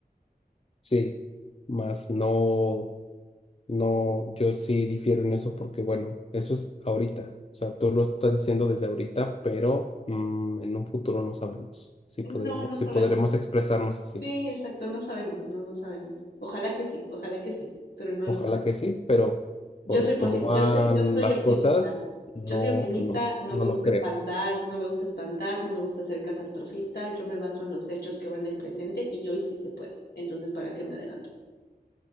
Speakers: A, on the left; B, on the left.
A: Sí, más no. No, yo sí difiero en eso porque, bueno, eso es ahorita. O sea, tú lo estás diciendo desde ahorita, pero mm, en un futuro no sabemos si
B: No,
A: podremos,
B: no
A: si
B: sabemos.
A: podremos expresarnos así.
B: Sí, exacto, no sabemos, no, no sabemos. Ojalá que sí, ojalá que sí, pero no
A: Ojalá
B: lo sabemos.
A: que sí, pero
B: Yo
A: por
B: soy posi-
A: cómo van
B: yo soy, yo soy
A: las
B: optimista.
A: cosas, no,
B: Yo soy optimista,
A: no,
B: no
A: no
B: me
A: lo
B: gusta
A: creo.
B: espantar, no me gusta espantar, no me gusta ser catastrofista. Yo me baso en los hechos que van en el presente y hoy sí se puede. Entonces, ¿para qué me adelanto?